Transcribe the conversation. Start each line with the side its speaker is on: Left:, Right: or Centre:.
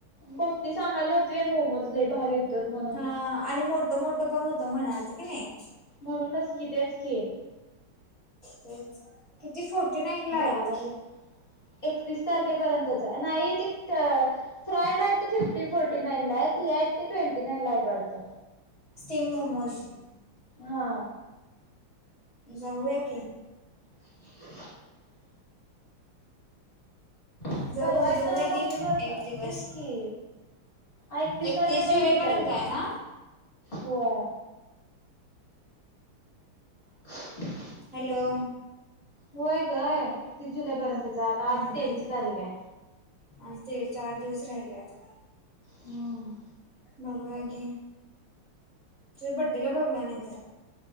Left: भक्ती सांगाली नव्हती होय मोमोज लय भारी होतत म्हणू
Right: हा आणि मोठ मोठं पण होतं म्हणालती की नाही?
Left: म्हणूनच की तेच की
Right: तेच किती फोर्टी नाईन ला
Left: जायला
Right: हाईत.
Left: एकतीस तारखेपर्यंतच हाच. नाही ते फ्रायड आहे ते फिफ्टी फोर्टी नाईनला आहेत हे आहेत ते ट्वेंटी नाईनला आहेत वाटतं
Right: स्टीम मोमोज
Left: हा.
Right: जाऊया की.
Left: <inaudible> परवा
Right: जाऊ जाऊया
Left: एकदा मम्मी
Right: की
Left: बरोबर
Right: एक दिवस
Left: तेच की. ऐकतीस
Right: एकतीस
Left: तारखे‌
Right: जुलैपर्यंत
Left: पर्यंतच आहे ते.
Right: ना
Left: होय. <inaudible>
Right: हॅलो!
Left: होय ग. एकतीस जुलै पर्यंतच हाय.
Right: हम्म
Left: आता आज तेवीस तारीख हाय.
Right: आज तेवीस चार दिवस राहिल्यात.
Left: ह.
Right: बघुया घे. तुझ्या बड्डेला बघूया नाहीतर